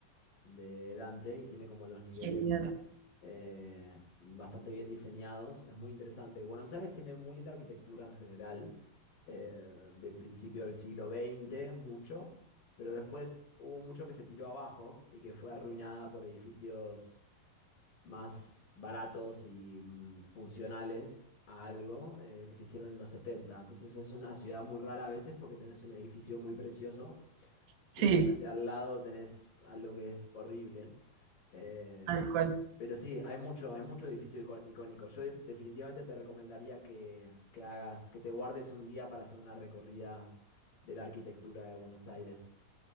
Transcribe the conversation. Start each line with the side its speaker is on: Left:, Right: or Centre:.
Left: de Dante y tiene como los niveles
Right: genial.
Left: eh, bastante bien diseñados. Es muy interesante. Buenos Aires tiene muy linda arquitectura en general, eh, de principio del siglo veinte mucho, pero después hubo mucho que se tiró abajo y que fue arruinada por edificios más baratos y mm, funcionales. a algo eh, que se hicieron en los setenta Entonces es una ciudad muy rara a veces porque tenés un edificio muy precioso,
Right: Sí,
Left: y de repente al lado tenés algo que es horrible. Eh,
Right: tal cual.
Left: pero sí, hay mucho, hay mucho edificio ico- icónico. Yo de- definitivamente te recomendaría que, que hagas, que te guardes un día para hacer una recorrida de la arquitectura de Buenos Aires.